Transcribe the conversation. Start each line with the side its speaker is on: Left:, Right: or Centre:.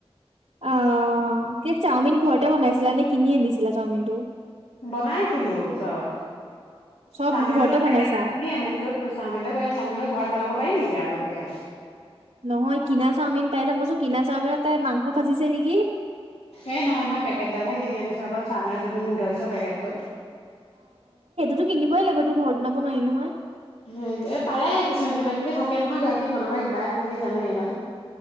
Right: অ কি চাওমিন ঘৰতে বনাইছিলা। নে কিনি আনিছিলা চাওমিনটো?
Left: বনাইছিলো চব।
Right: চব
Left: চাওমিনটো
Right: ঘৰতে
Left: তোমাৰ
Right: বনাইছা?
Left: পেকেদ <unintelligible> কিনি আনিছো। চাওমিনৰ পেকেড চাওমিন ঘৰত বনাব পাৰিম নেকি আৰু। সেইগাল।
Right: নহয় কিনা চাওমিন পাই যে। মই চোন কিনা চাওমিনতে মাংস ভাজিছে নেকি।
Left: এ নহয় নহয় পেকেডালহে কিনি আনিছো অকল চাওমিনৰ যোনটো নুডলছৰ পেকেটটো
Right: ত কিনিবই লাগিব তো ঘৰ বনাব নোৱাৰি নহয়
Left: সেইটো পাৰে কিছুমান কিবা কিবি থাকে নহয় গৰাকী বনাবা কিবা কিবি জানো এই গাল।